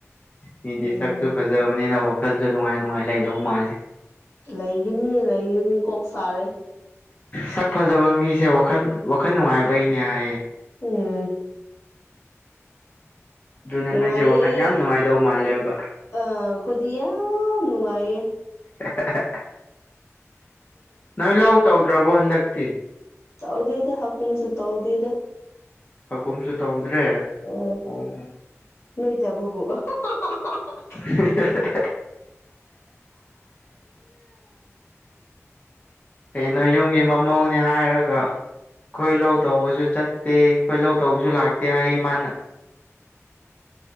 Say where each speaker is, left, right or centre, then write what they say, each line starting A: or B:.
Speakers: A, on the left; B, on the left.
A: ꯃꯤꯗꯤ
B: ꯎꯝ
A: ꯁꯛꯁꯨ ꯐꯖꯕꯅꯤꯅ ꯋꯥꯈꯟꯁꯨ ꯅꯨꯡꯉꯥꯏ ꯅꯨꯡꯉꯥꯏ ꯂꯩꯗꯧ ꯃꯥꯜꯂꯤ
B: ꯂꯩꯒꯤꯅꯤ ꯂꯩꯒꯤꯅꯤ ꯀꯣꯛ ꯁꯥꯔꯦ
A: ꯁꯛ ꯐꯖꯕ ꯃꯤꯁꯦ ꯋꯥꯈꯜ ꯋꯥꯈꯜ ꯅꯨꯡꯉꯥꯏꯕꯩꯅꯦ ꯍꯥꯏꯌꯦ
B: ꯎꯝ
A: ꯑꯗꯨꯅ
B: ꯅꯨꯡꯉꯥꯏꯥꯏꯌꯦ
A: ꯅꯪꯁꯦ ꯋꯥꯈꯜ ꯌꯥꯝ ꯅꯨꯡꯉꯥꯏꯗꯧ ꯃꯥꯜꯂꯦꯕ
B: ꯑ ꯈꯗꯤꯌꯥ ꯑ ꯅꯨꯡꯉꯥꯏꯌꯦ
A: <unintelligible> ꯅꯣꯏ ꯂꯧ ꯇꯧꯗ꯭ꯔꯕꯣ ꯍꯟꯗꯛꯇꯤ
B: ꯇꯧꯗꯦꯗ ꯍꯥꯀꯝꯁꯨ ꯇꯧꯗꯦꯗ
A: ꯑꯀꯨꯝꯁꯨ ꯇꯧꯗ꯭ꯔꯦ
B: ꯎꯝ
A: ꯑꯣ
B: ꯅꯣꯏꯇꯥ ꯕꯨ <unintelligible>
A: <unintelligible> ꯀꯩꯅꯣ ꯌꯨꯝꯒꯤ ꯃꯃꯧꯅꯦ ꯍꯥꯏꯔꯒ ꯑꯩꯈꯣꯏ ꯂꯧ ꯇꯧꯕꯁꯨ ꯆꯠꯇꯦ ꯑꯩꯈꯣꯏ ꯂꯧ ꯇꯧꯕꯁꯨ ꯂꯥꯛꯇꯦ ꯍꯥꯏꯌꯦ ꯃꯥꯅ